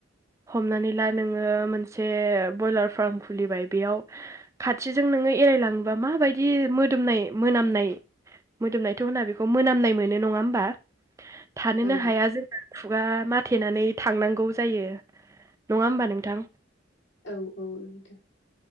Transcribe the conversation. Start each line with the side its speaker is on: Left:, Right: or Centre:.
Right: हमनानै ला नोङो मोनसे बयलार फार्म खुलिबाय बेयाव खाथिजों नोङो एरायलाङोबा माबायदि मोदोमनाय मोनामनाय मोदोमनायथ' होना बेखौ मोनामनाय मोनो नङा होमबा थानोनो
Left: औ
Right: हाया जोङो खुगा माथेनानै थांनांगौ जायो नङा होमबा नोंथां
Left: औ औ नंथ' <unintelligible>